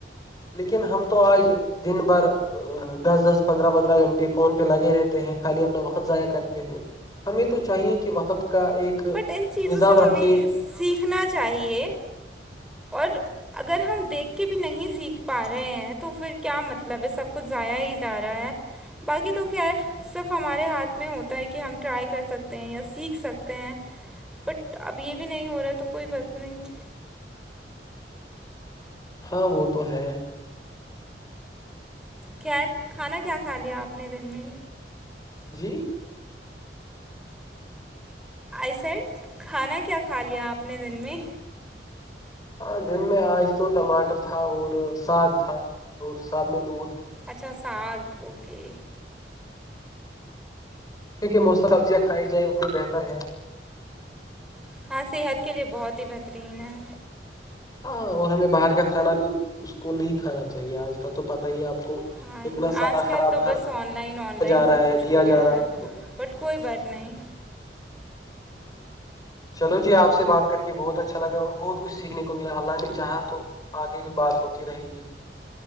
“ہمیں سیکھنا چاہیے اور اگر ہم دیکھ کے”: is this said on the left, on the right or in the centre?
Centre